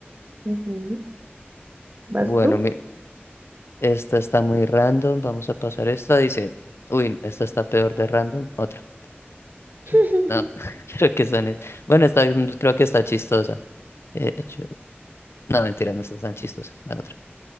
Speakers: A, on the right; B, on the left.
A: Ujú. ¿Vas
B: Bueno,
A: tú?
B: mi- Esta está muy random. Vamos a pasar esta. Dice, uy, esta está peor de random. Otra. Sí,
A: <laughs>
B: No, <laughs> creo que son. es- Bueno, esta mm, creo que está chistosa. Eh, hecho- no, mentira, no está tan chistosa. Dame otra.